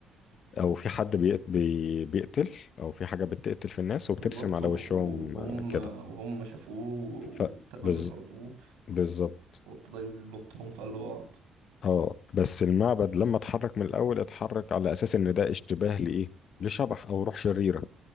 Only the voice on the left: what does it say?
او في حد بيقت- بي- بيقتل او في حاجه بتقتل في الناس وبترسم
على
وشهم
آه، كده
ف بز-
بالظبط
اه بس المعبد لما اتحرك من الاول اتحرك على اساس ان ده اشتباه لايه لشبح او روح شريره